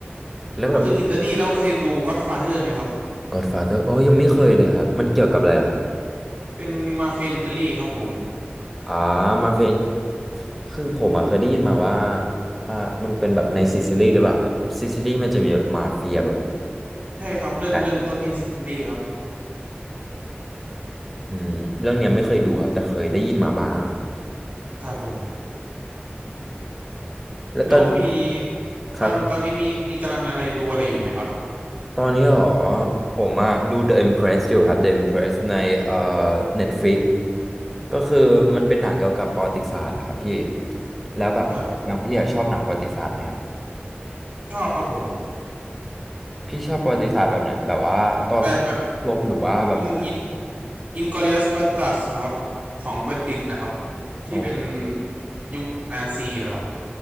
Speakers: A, in the centre; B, on the right.
A: แล้วแบบ
B: พูดถึงอิตาลีแล้วเคยดู Godfather ไหมครับ
A: Godfather โอ้ยยังไม่เคยเลยครับมันเกี่ยวกับอะไรเหรอครับ
B: เป็นมาเฟียอิตาลีครับผม
A: อ่ามาเฟียคือผมอะเคยได้ยินมาว่าอ่ามันเป็นแบบในซิซิลีหรือเปล่าครับซิซิลีมันจะมีแบบมาเฟียแบบ
B: ใช่ครับเริ่มเริ่มต้นที่ซีรีส์ครับ
A: ใหญ่อืมเรื่องเนี้ยไม่เคยดูครับแต่เคยได้ยินมาบ้าง
B: ครับผม
A: แล้วตอน
B: แล้วมี
A: ครับ
B: ตอนตอนนี้มีมีกำลังอะไรดูอะไรอยู่ไหมครับ
A: ตอนนี้เหรอผมอะดู The Empress อยู่ครับ The Empress ในเอ่อ Netflix ก็คือมันเป็นหนังเกี่ยวกับประวัติศาสตร์อะครับพี่แล้วแบบอย่างพี่อะชอบหนังประวัติศาสตร์ไหมครับ
B: ครับชอบครับผม
A: พี่ชอบประวัติศาสตร์แบบไหนแบบว่าต่อสู้รบหรือว่าแบบอะไร
B: แบบแบบอินอินอินกลอริอัสบัสตัสครับของเควินตินนะครับที่เป็น
A: โอ้
B: ยุคนาซีอะครับ